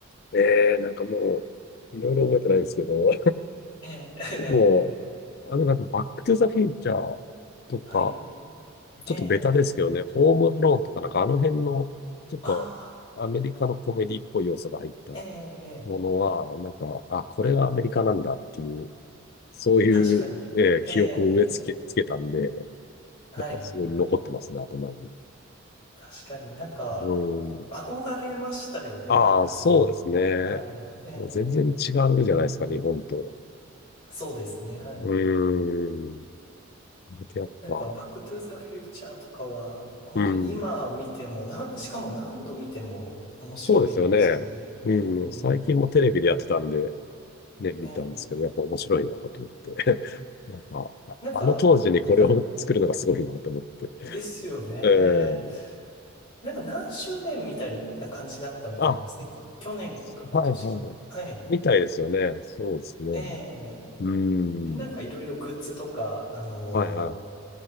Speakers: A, on the left (about 50°); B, on the left (about 25°).
A: ねえ、なんかもう、いろいろ覚えてないんですけど、
B: はい。ええ、<laughs>
A: <laughs>
B: ええ、
A: もう、あの、なんかバックトゥザフューチャーとか、
B: はい。ええ、
A: ちょっとベタですけどね、ホームアローンとかなんかあの辺の、ちょっとアメリカのコメディっぽい要素が入ったも
B: ああ、ええ、ええ、
A: のは、なんか、あ、これがアメリカなんだっていう、
B: はい。
A: そういう、
B: 確かに。
A: えー記憶を植え付け、
B: ええ、
A: つけたんで、
B: はい。
A: やっぱすごい残ってますね、頭に。
B: 確かになんか、
A: うん。
B: 憧れましたよね。
A: ああ、
B: なんかその、
A: そうですね。
B: はい。ええ、
A: もう全然違うじゃないですか、日本と。
B: そうですね。はい。
A: うーん。で、やっぱ、
B: なんか、バックトゥーザフューチャーとかは、本当今見てもな、
A: うん。
B: しかも何度見ても面白いですもんね。
A: そうですよね。うん、
B: うん。
A: 最近もテレビでやってたんで、ね、見たんですけど、
B: ええ。
A: やっぱ面白いなと思って。<laughs> なんか、ああの当時にこれを作るのがすごいなと思って。
B: なんか、なんか、ですよね。
A: えー、
B: なんか何周年みたいな感じだったみたいですね。
A: あ、
B: 去年か今年か。
A: そはいはい。
B: はい。
A: みたいですよね。そうですね。
B: ええ。
A: うん。
B: で、なんかいろいろグッズとか、あの
A: はいは
B: ー